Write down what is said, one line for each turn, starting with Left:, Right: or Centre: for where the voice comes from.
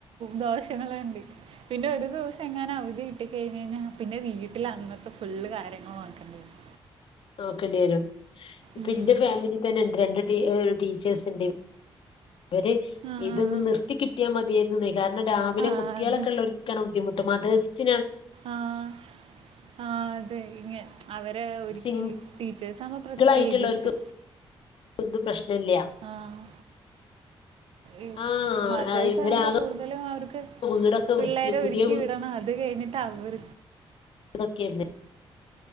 Right: ദോശങ്ങള്ണ്ട് പിന്നെ ഒരു ദിവസം എങ്ങാനും അവധി കിട്ടിക്കഴിഞ്ഞഴ്ഞ്ഞ പിന്നെ വീട്ടിൽ അങ്ങൻത്തെ ഫുള്ള് കാര്യങ്ങൾ നോക്കേണ്ടി വരും.
Left: നോക്കേണ്ടി വരും ഇപ്പൊ
Right: ഉം.
Left: ഇന്റെ ഫാമിലി തന്നെ ഉണ്ട് രണ്ട് ടീച്ചേഴ്സ്ണ്ട്‌ അവര്
Right: ആ
Left: ഇതൊന്ന്
Right: ആ ആ
Left: നിർത്തി കിട്ടിയാൽ മതിയായിരുന്നുന്നായി കാരണം രാവിലെ
Right: ആ,
Left: കുട്ടികളൊക്കെ
Right: അത്
Left: ഉള്ളോ ക്കാണ് ബുദ്ധിമുട്ട് മതേഴ്സി
Right: ആഹ് ആഹ് അതെ ഇങ്ങെ അവരെ ഒരിക്കി
Left: സിംഗിൾ
Right: ടീച്ചേഴ്സ് ആവുമ്പോ പ്രത്യേകിച്ച്
Left: ആയിട്ടുള്ളവർക്ക് ഇത് പ്രശ്നം ഇല്ല്യ
Right: ആഹ് ഉം
Left: ആ
Right: മതേർസാകുമ്പോ
Left: ഇവരാകെ
Right: കൂടുതലും അവർക്ക്
Left: വീടൊക്കെ
Right: പിള്ളേരെ
Left: വൃത്തി പുതിയ
Right: ഒരുക്കി വിടണം. അത് കഴിഞ്ഞിട്ട് അവർ
Left: ഇതൊക്കെയല്ലെ